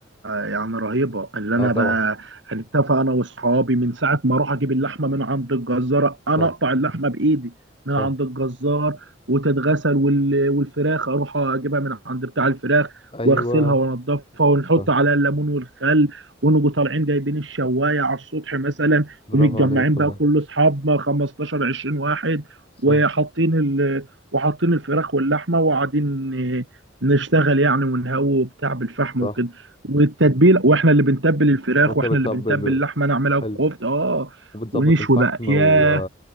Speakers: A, on the right; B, on the left.
A: يعني رهيبة اللي أنا
B: اه طبعا
A: بقى هنتفق أنا وأصحابي من ساعة ما أروح أجيب اللحمة من عند الجزار
B: صح
A: أنا أقطع اللحمة بإيدي
B: صح
A: من عند الجزار وتتغسل وال- والفراخ أروح أجيبها من عند بتاع الفراخ
B: ايوه
A: وأغسلها وأنضفها ونحط
B: صح
A: عليها الليمون والخل ونجوا طالعين جايبين الشواية على السطح مثلا
B: برافو
A: ومتجمعين
B: عليك
A: بقى
B: والله
A: كل أصحابنا 15 20 واحد
B: صح
A: وحاطين ال وحاطين الفراخ واللحمة وقاعدين نشتغل يعني ونهوي وبتاع بالفحم
B: صح
A: وكده والتتبيله واحنا اللي بنتبل الفراخ
B: وانت
A: واحنا
B: بتطبل
A: اللي بنتبل اللحمه نعملها
B: حلو
A: كفته اه
B: وبتظبط
A: ونشوي
B: الفحم
A: بقى ياه
B: و...